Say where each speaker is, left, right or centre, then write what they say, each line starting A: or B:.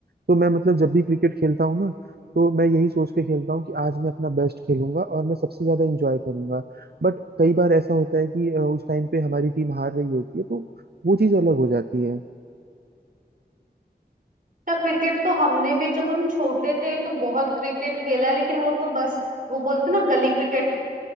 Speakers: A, on the right (about 75°); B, on the right (about 55°).
A: तो मैं मतलब जब भी क्रिकेट खेलता हूँ ना तो मैं यही सोच के खेलता हूँ कि आज मैं अपना बेस्ट खेलूंगा और मैं सबसे ज्यादा इंजॉय करूंगा बट कई बार ऐसा होता है कि अ, उस टाइम पे हमारी टीम हार रही होती है तो वो चीज अलग हो जाती है
B: या क्रिकेट तो हमने भी जब हम छोटे थे तो बहुत क्रिकेट खेला है लेकिन वो तो बस वो बोलते ना गली क्रिकेट